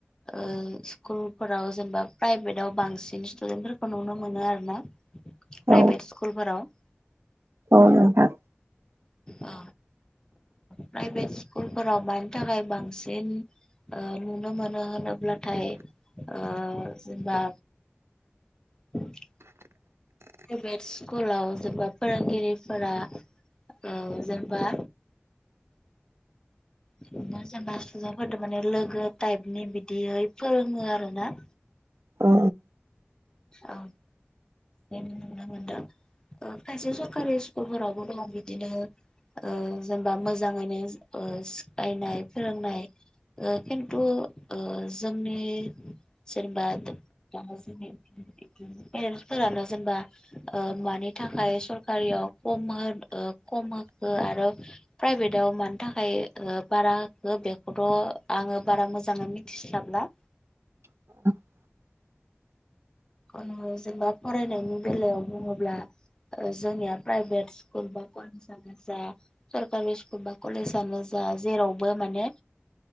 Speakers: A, on the left (about 15°); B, on the right (about 75°).
A: ओ-स्कुलफोराव जेनेबा प्राइभेटाव बांसिन स्टुदेन्टफोरखौ नुनो मोनो आरो ना। प्राइभेट
B: औ
A: स्कुलफोराव।
B: औ नोंथां
A: ओ प्राभेट स्कुलफोराव। थाखाय बांसिन। ओ नुनो मोनो होनोब्लाथाय ओ जेनेबा। <unintelligible> प्राइभेट स्कुलाव जेनबा फोरोंगिरिफोरा ओ जेनबा। बिदिनो जेनेबा स्टुडेन्टफोरदों माने लोगो टाइपनि बिदिहै फोरोङो आरो ना।
B: औ
A: औ जेन नुनो मोनदों खायसे सरखारि स्कुलफोरावबो दङ बिदिनो। ओ जेनेबा मोजाङैनो सिखायनाय फोरोंनाय। ओ-खिन्थु ओ जोंनि जेनेबा। दा जों पेरेन्टसफोरानो जेनबा। ओ मानि थाखाय सरकारियाव खम खम होखो आरो। प्राइभेटाव मानि थाखाय बारा होखो बेखौथ आङो बारा मोजाङै मिथिस्लाबला।
B: <unintelligible>
A: ओं जेनेबा फरायनायनि बेलायाव बुङोब्ला। ओ-जोंनिया प्राइभेट स्कुल बा कलेसानो जा। सरकारि स्कुल बा कलेजानो जा जेरावबो माने।